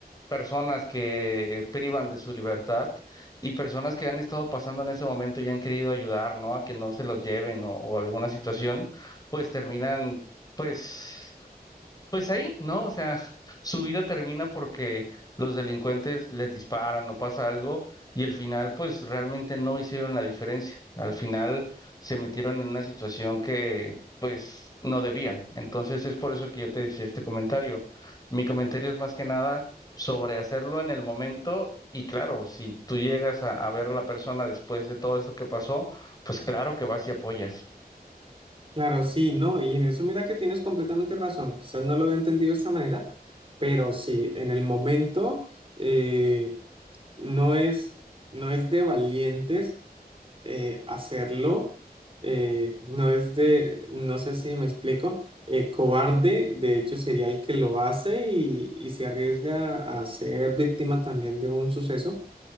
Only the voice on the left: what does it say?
personas que privan de su libertad y personas que han estado pasando en ese momento y han querido ayudar, ¿no? A que no se los lleven o, o alguna situación, pues terminan pues pues ahí, ¿no? O sea, <laughs> su vida termina porque los delincuentes les disparan o pasa algo y al final pues realmente no hicieron la diferencia. Al final se metieron en una situación que pues no debían. Entonces es por eso que yo te decía este comentario. Mi comentario es más que nada sobre hacerlo en el momento y claro, si tú llegas a, a ver a la persona después de todo esto que pasó, pues claro que vas y apoyas.